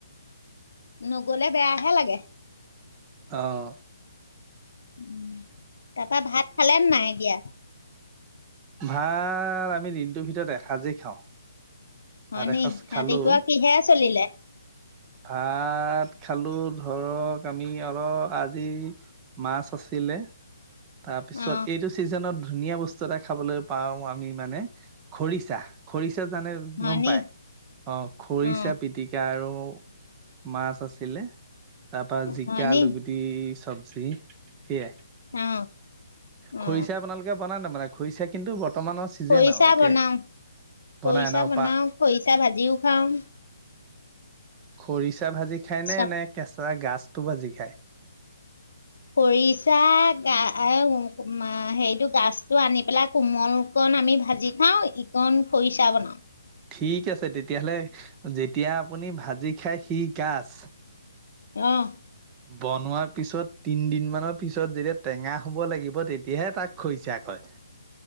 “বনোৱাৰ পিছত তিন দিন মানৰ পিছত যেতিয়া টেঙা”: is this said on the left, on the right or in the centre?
Right